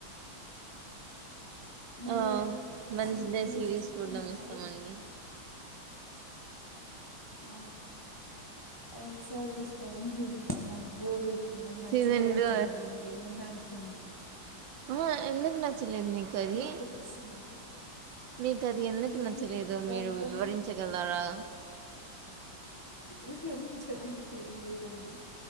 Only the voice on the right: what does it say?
ఆ వెన్సడే
సిరీస్
చూడ్డం
ఇష్టమండి
సీజన్ టూ
ఆ ఎందుక్ నచ్చలేదు నీకది
మీకది ఎందుకు
నచ్చలేదు
మీరు వివరించగలరా